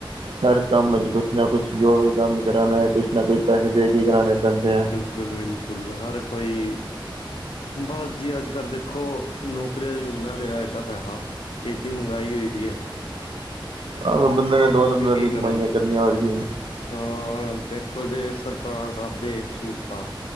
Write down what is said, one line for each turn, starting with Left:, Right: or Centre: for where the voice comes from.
Right: ਹਰ ਕੰਮ
Left: ਬਿਲਕੁਲ
Right: ਚ ਕੁਛ ਨਾ ਕੁਛ ਜੋ ਵੀ ਕੰਮ ਕਰਾਣਾ ਕੁਛ ਨਾ ਕੁਛ ਪੈਸੇ ਦੇ ਕੇ ਕਰਉਣੇ ਪੈਂਦੇ ਹੈ।
Left: ਬਿਲਕੁਲ, ਬਿਲਕੁਲ ਹਰ ਕੋਈ ਬਸ ਜੀ ਅੱਜ ਕੱਲ ਦੇਖੋ। ਨੌਕਰੀਆਂ 'ਚ ਇੰਨਾ ਰਿਹਾ ਐਡਾ ਪੈਸਾ ਐਡੀ ਮਹਿੰਗਾਈ ਹੋ ਦੀ ਹੈ।
Right: ਆਹੋ ਬੰਦੇ ਨੇ ਦੋ
Left: ਉਹ
Right: ਨੰਬਰਾਂ
Left: ਵੀ ਕੀ
Right: ਦੀਆਂ
Left: ਕਰਨ
Right: ਕਮਾਈਆਂ ਕਰਨੀਆਂ ਹੋਰ ਕੀ
Left: ਹਾਂ ਦੇਖੋ ਜੇ ਸਰਕਾਰ ਕਰਦੇ ਸਹੂਲਤਾਂ